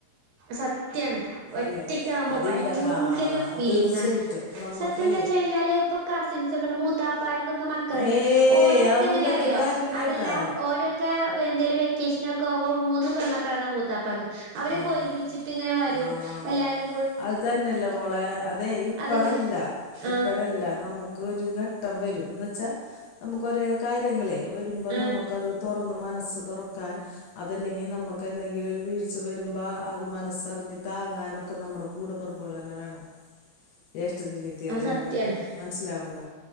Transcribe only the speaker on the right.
സത്യാണ് ഒറ്റക്ക
ആവുമ്പോ
ഭയങ്കര
ഫീലിംഗ
ആണ്
സത്യ എന്ന് വെച്ച കഴിഞ്ഞാല് ഇപ്പൊ കസിൻസ് ഒക്കെ മൂത്താപ്പാർക്കെ മക്കളണ്ട്
ഓരോക്കെ
എങ്ങനെ
അറിയോ
അതല്ല ഓരൊക്കെ ന്തേലും വെ കൃഷ്ണകാവോ മൂന്നു പെൺ മക്കൾ ആണ് മൂത്തപ്പാക്ക് അവരെ
ഒരുമിച്ചിട്ട് ഇങ്ങനെ വരും
എല്ലാവരും
അതൊക്കെ ആഹ്
ആഹ്
അത്
സത്യാണ്